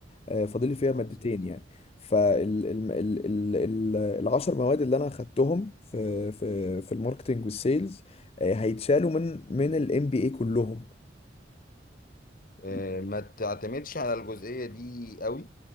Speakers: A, on the left; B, on the left.
A: آه، فاضل لي فيها
B: كويس
A: مادتين
B: جدا
A: يعني فال ال... ال... ال... ال... العشر مواد اللي انا اخدتهم في في في الماركتنج والسيلز آه، هيتشالوا من من الام بي اي كلهم
B: آه،
A: يعني،
B: ما تعتمدش على الجزئية دي قوي